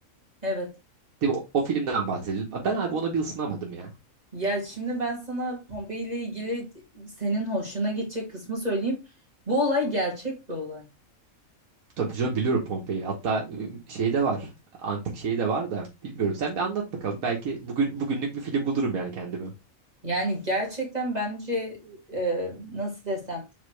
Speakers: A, on the right (about 30°); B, on the right (about 80°).
A: Evet.
B: Değil mi? O, o filmden bahsediyorum. Ben abi ona bir ısınamadım ya.
A: Ya şimdi ben sana Pompei ile ilgili senin hoşuna gidecek kısmı söyleyeyim. Bu olay gerçek bir olay.
B: Tabii canım biliyorum Pompei'yi. Hatta e, şey de var. Antik şey de var da bilmiyorum. Sen bir anlat bakalım. Belki bugün bugünlük bir film bulurum yani kendime.
A: Yani gerçekten bence e, nasıl desem